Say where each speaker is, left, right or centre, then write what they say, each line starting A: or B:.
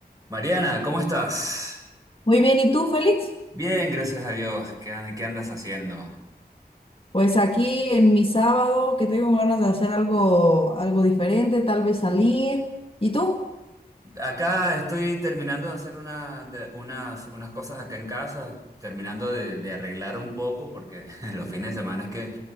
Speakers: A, on the right; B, on the left.
A: Mariana, ¿cómo estás?
B: Muy bien, ¿y tú, Félix?
A: Bien, gracias a Dios. ¿Qué, an- qué andas haciendo?
B: Pues aquí en mi sábado, que tengo ganas de hacer algo, algo diferente, tal vez salir. ¿Y tú?
A: Acá estoy terminando de hacer una, de- unas, unas cosas acá en casa, terminando de, de arreglar un poco, porque <laughs> los fines de semana es que